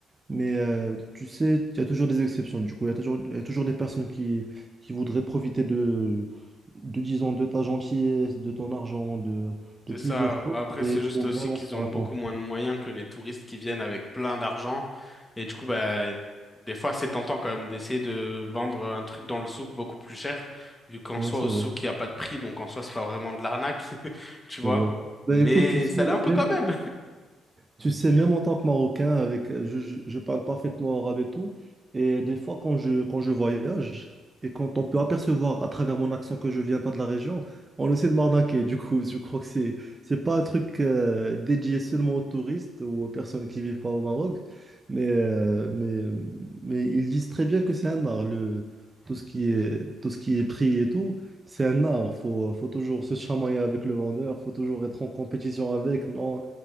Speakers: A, on the right; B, on the left.
A: Mais euh, tu sais, il y a toujours des exceptions. Du coup, il y a toujours, il y a toujours des personnes qui, qui voudraient profiter de, de, disons, de ta gentillesse, de ton argent, de, de
B: C'est
A: plusieurs
B: ça.
A: choses.
B: Mais après,
A: Et
B: c'est
A: il
B: juste
A: faut
B: aussi
A: vraiment
B: qu'ils
A: faire
B: ont
A: attention.
B: beaucoup moins de moyens que les touristes qui viennent avec plein d'argent. Et du coup, bah, des fois, c'est tentant quand même d'essayer de vendre un truc dans le souk beaucoup plus cher, vu qu'en
A: Ouais,
B: soi,
A: c'est
B: au
A: vrai,
B: souk, il n'y a pas de prix. Donc, en soi, c'est pas vraiment de l'arnaque, <laughs> tu
A: c'est
B: vois.
A: vrai.
B: Mais
A: Bah, écoute, tu sais,
B: ça l'est un peu
A: même
B: quand même.
A: Tu sais, même en tant que Marocain, avec, euh, je, je- je parle parfaitement arabe et tout. Et des fois, quand je, quand je voyage et quand on peut apercevoir à travers mon accent que je viens pas de la région, on essaie de m'arnaquer. Du coup, <laughs> je crois que c'est, c'est pas un truc euh, dédié seulement aux touristes ou aux personnes qui vivent pas au Maroc. Mais, euh, mais, mais ils disent très bien que c'est un art, le, tout ce qui est, tout ce qui est prix et tout. C'est un art, faut, faut toujours se chamailler avec le vendeur, faut toujours être en compétition avec. Non,